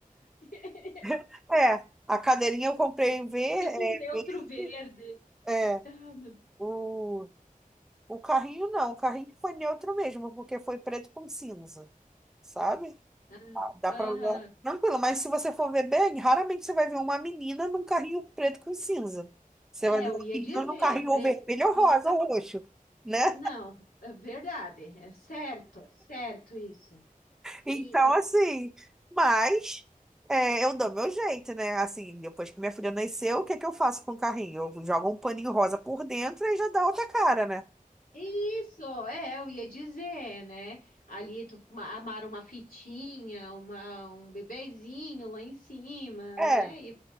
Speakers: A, on the left (about 80°); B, in the centre.
A: <laughs>
B: <laughs> é, a cadeirinha eu comprei em ver, é,
A: Tipo um neutro
B: verde,
A: verde.
B: é.
A: Ai, meu Deus.
B: O, o carrinho não, o carrinho que foi neutro mesmo, porque foi preto com cinza, sabe?
A: Ah,
B: Ah, Dá
A: aham.
B: pra usar tranquilo, mas se você for ver bem, raramente você vai ver uma menina num carrinho preto com cinza. Você
A: É,
B: vai ver
A: eu
B: uma
A: ia
B: menina
A: dizer,
B: num carrinho
A: preto
B: ou vermelho
A: com
B: ou
A: cinza.
B: rosa ou roxo, né?
A: Não, é verdade, é certo, certo isso.
B: Então,
A: E,
B: assim, mas é, eu dou meu jeito, né? Assim, depois que minha filha nasceu, o que é que eu faço com o carrinho? Eu jogo um paninho rosa por dentro e já dá outra cara, né?
A: Isso, é, eu ia dizer, né? Ali tu ma- amarra uma fitinha, uma, um bebezinho lá em cima,
B: É,
A: né? E